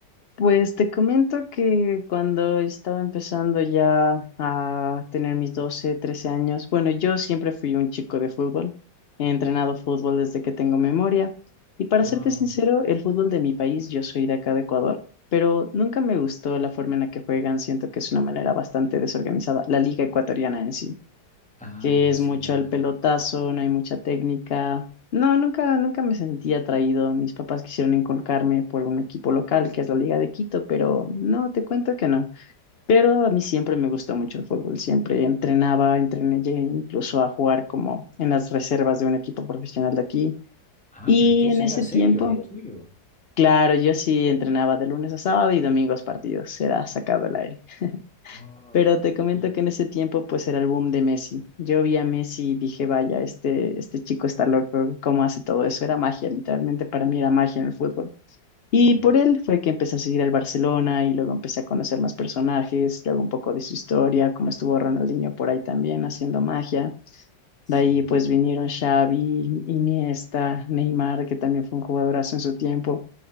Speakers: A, on the left (about 85°); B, in the centre.
A: Pues te comento que cuando estaba empezando ya a tener mis 12, 13 años, bueno, yo siempre fui un chico de fútbol, he entrenado fútbol desde que tengo memoria y para
B: Wow.
A: serte sincero, el fútbol de mi país, yo soy de acá de Ecuador, pero nunca me gustó la forma en la que juegan, siento que es una manera bastante desorganizada, la liga ecuatoriana en sí
B: Ah,
A: que
B: ya
A: es
B: sí,
A: mucho
B: la verdad
A: el pelotazo, no hay mucha técnica. No, nunca, nunca me sentí atraído. Mis papás quisieron inculcarme por un equipo local, que es la Liga de Quito, pero no, te cuento que no. Pero a mí siempre me gustó mucho el fútbol, siempre entrenaba, entrené, llegué incluso a jugar como en las reservas de un equipo profesional de aquí.
B: Ah,
A: Y
B: pero entonces
A: en
B: era
A: ese
B: serio
A: tiempo,
B: lo tuyo.
A: claro, yo sí entrenaba de lunes a sábado y domingos partidos, era sacado el aire.
B: Wow.
A: Pero te comento
B: Y,
A: que en ese tiempo pues era el boom de Messi. Yo vi a Messi y dije, vaya, este, este chico está loco, ¿cómo hace todo eso? Era magia, literalmente para mí era magia en el fútbol. Y
B: sí,
A: por él fue que empecé a seguir al Barcelona y luego empecé a conocer más personajes, luego un poco de su historia, como estuvo Ronaldinho por ahí también haciendo magia.
B: sí,
A: De ahí pues vinieron Xavi, Iniesta, Neymar, que también fue un jugadorazo en su tiempo.